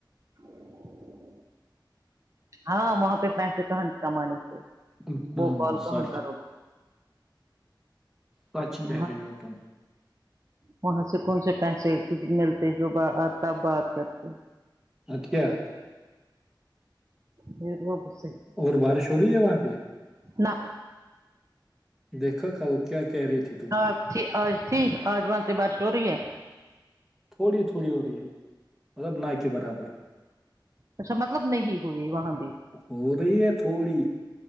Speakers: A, on the right; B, in the centre.
A: <inaudible> ہاں وہاں پہ پیسے کہاں سے کمانے تھے
B: ہم،
A: وہ کال کہاں
B: سچ
A: کرو
B: سچ
A: گے
B: کہہ
A: وہاں
B: رہی ہو تم
A: وہاں سے کون سے پیسے کچھ ملتے جو ب ا تب بات کرتے
B: اب کیا
A: بھیج واپس
B: اور بارش ہو رہی ہے وہاں پہ
A: نہ
B: دیکھا کل کیا کہہ رہی تھی تم
A: آپ آج ٹھیک آج وہاں سے بارش ہو رہی ہے
B: تھوڑی تھوڑی ہو رہی ہے مطلب نہ کہ برابر
A: اچھا مطلب نہیں ہوئی وہاں بھی
B: ہو رہی ہے تھوڑی